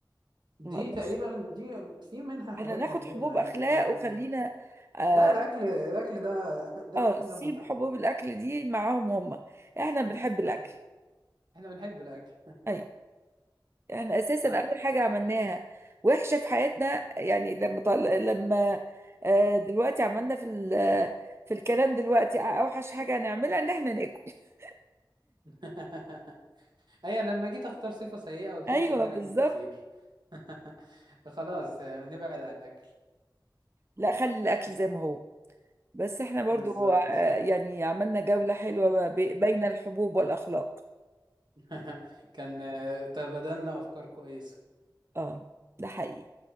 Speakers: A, on the right; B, on the right.
A: دي
B: ما اقدرش
A: تقريبا دي في منها حاجات
B: احنا ناخد
A: موجودة
B: حبوب
A: عادي
B: اخلاق
A: اه اه
B: وخلينا اه
A: لا الأكل الأكل ده ده
B: آه،
A: الأكل
B: سيب
A: ده متعة
B: حبوب الاكل دي معاهم هم احنا بنحب
A: آه.
B: الاكل
A: احنا بنحب الأكل
B: ايوه احنا اساسا
A: صح
B: اول حاجه عملناها وحشه في حياتنا يعني لما طل... لما آه دلوقتي عملنا في ال... في الكلام دلوقتي اوحش حاجه هنعملها ان احنا ناكل <laughs>
A: <laughs> اي انا لما جيت اختار صفة سيئة قلت
B: ايوه
A: لك ان انا
B: بالظبط
A: اكل كتير <laughs> فخلاص آه، نبعد عن الاكل
B: لا خلي الاكل زي ما هو بس احنا برضو
A: بالظبط
B: آه يعني عملنا جوله حلوه ب- بين الحبوب والاخلاق
A: <laughs> كان آه، تبادلنا افكار كويسة
B: اه ده حقيقي